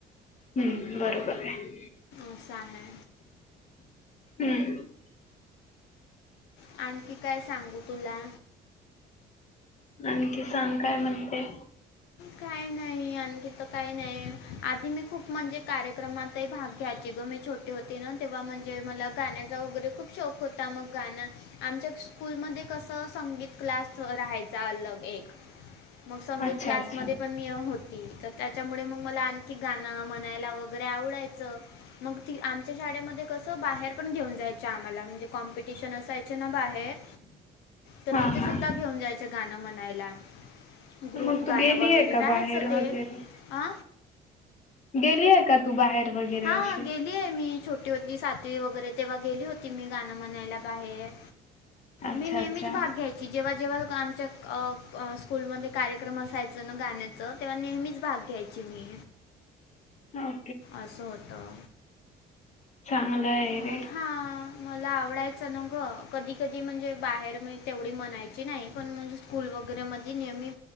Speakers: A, on the left; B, on the left.
A: हम्म बरोबर आहे.
B: आसा आहे.
A: हम्म
B: आणखी काय सांगू तुला?
A: आणखी सांग काय म्हणते,
B: काही नाही आणखी त काही नाही आधी मी खूप म्हणजे, कार्यक्रमातही भाग घ्यायचे गं मी छोटे होते ना तेव्हा म्हणजे मला, गाण्याचा वगैरे खूप शोक होता मग गाण आमच्या स्कूलमध्ये कसं, संगीत क्लास रहायचा अलग एक मग संगीत
A: अच्छा
B: क्लास,
A: अच्छा.
B: पण मी होती तर त्याच्यामुळे मग मला आणखी गाणं म्हणायला वगैरे आवडायचं. मग ती आमच्या शाळेमध्ये कसं बाहेर पण घेऊन जायचं आम्हाला म्हणजे, कॉम्पिटिशन असायचे ना बाहेर तर
A: हा
B: तिथे
A: हा
B: सुद्धा घेऊन जाय, गाणं म्हणायला ग्रुप
A: मग तू
B: गाणं
A: गेली
B: वगैरे
A: आहे का
B: राहायचं
A: बाहेर
B: ते
A: वगैरे?
B: अ,
A: गेली आहे का तू बाहेर वगैरे
B: हां
A: अशी,
B: गेली आहे मी छोटी होती सातवी वगैरे तेव्हा गेली होती मी गाणं म्हणायला बाहेर,
A: अच्छा
B: मी नेहमीच
A: अच्छा
B: भाग घ्याय, ची जेव्हा जेव्हा आमच्या स्कूलमध्ये कार्यक्रम असायच ना गाण्याचं तेव्हा नेहमीच भाग घ्याय. ची मी,
A: हां,
B: असं होतं.
A: चांगलं य
B: मग
A: रे,
B: हां मला आवडायचं ना गं कधी कधी म्हणजे बाहेर मी तेवढी म्हणायची नाही पण म, स्कूल वगैरेमध्ये नेहमी,